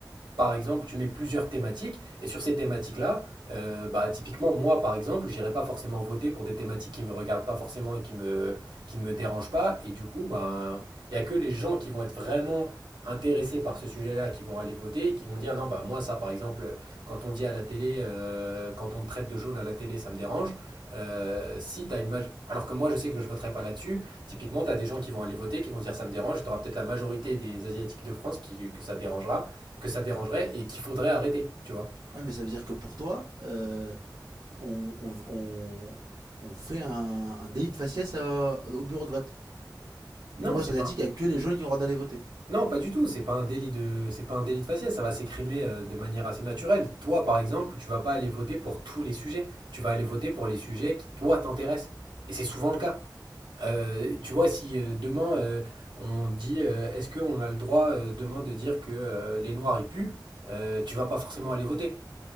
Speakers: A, on the right; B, on the right.
A: par exemple, tu mets plusieurs thématiques, et sur ces thématiques-là, euh, bah, typiquement, moi, par exemple, j'irai pas forcément voter pour des thématiques qui me regardent pas forcément et qui me, qui ne me dérangent pas, et du coup, ben, il y a que les gens qui vont être vraiment intéressés par ce sujet-là qui vont aller voter et qui vont dire, non, bah, moi, ça, par exemple, quand on dit à la télé, euh, quand on me traite de jaune à la télé, ça me dérange. Euh, si t'as une maj- Alors que moi, je sais que je voterai pas là-dessus. Typiquement, tu as des gens qui vont aller voter, qui vont dire ça me dérange. Tu auras peut-être la majorité des Asiatiques de France qui, que ça dérangera que ça dérangerait et qu'il faudrait arrêter, tu vois.
B: Ouais, mais ça veut dire que pour toi, euh, on, on- on- on fait un, un délit de faciès à- au bureau de vote. Une
A: Non,
B: loi
A: c'est
B: sur asiatique
A: pas,
B: avec que les jaunes qui ont le droit d'aller voter.
A: non, pas du tout. C'est pas un délit de, c'est pas un délit de faciès. Ça va s'écrimer euh, de manière assez naturelle. Toi, par exemple, tu vas pas aller voter pour tous les sujets. Tu vas aller voter pour les sujets qui toi t'intéressent. Et c'est souvent le cas. Euh, tu vois, si euh, demain euh, on dit, euh, est-ce qu'on a le droit euh, demain de dire que euh, les Noirs y puent, euh, tu vas pas forcément aller voter